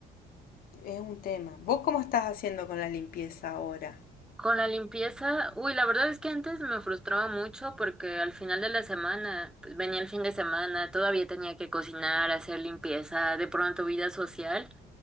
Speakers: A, on the left; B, in the centre.
A: Es un tema. ¿Vos cómo estás haciendo con la limpieza ahora?
B: Con la limpieza, uy, la verdad es que antes me frustraba mucho porque al final de la semana, pues venía el fin de semana, todavía tenía que cocinar, hacer limpieza, de pronto vida social.